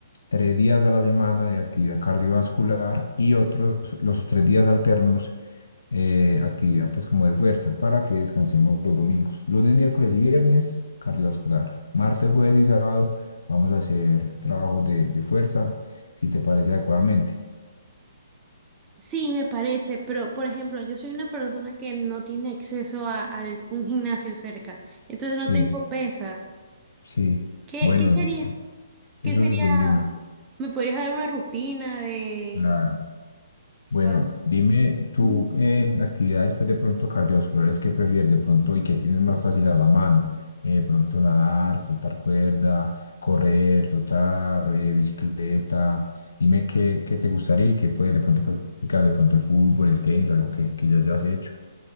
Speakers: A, on the left; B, on the right.
A: tres días a la semana de actividad cardiovascular y otros, los tres días alternos eh, actividad pues como de fuerza para que descansemos los domingos. Lunes, miércoles y viernes, cardiovascular. Martes, jueves y sábado vamos a hacer trabajos de, de fuerza, si te parece adecuadamente.
B: Sí, me parece, pero por ejemplo, yo soy una persona que no tiene acceso a, a un gimnasio cerca, entonces no
A: Sí,
B: tengo pesas.
A: sí.
B: ¿Qué,
A: Bueno,
B: qué sería?
A: eso,
B: ¿Qué
A: eso
B: sería?
A: se soluciona.
B: ¿Me podrías dar una rutina de...
A: Claro. Bueno,
B: pa-
A: dime tú
B: Ujú.
A: eh, actividades pues, de pronto cardiovasculares que prefieres de pronto y que tienes más fácil a la mano. Eh, de pronto nadar, saltar cuerda, correr, trotar, eh, bicicleta. Dime qué, qué te gustaría y qué puedes de pronto practicar, de pronto el fútbol, el tenis, algo que, que ya hayas hecho.